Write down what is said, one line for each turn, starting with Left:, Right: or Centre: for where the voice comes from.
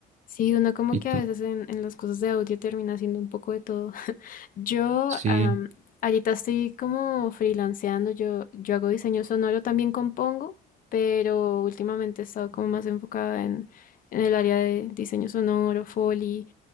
Left: Sí, uno como
Right: ¿Y
Left: que
Right: tú?
Left: a veces en, en las cosas de audio termina haciendo un poco de todo. <laughs> Yo
Right: Sí,
Left: am, ahorita estoy como freelanceando, yo, yo hago diseño sonoro, también compongo, pero últimamente he estado como más enfocada en, en el área de diseño sonoro, Foley,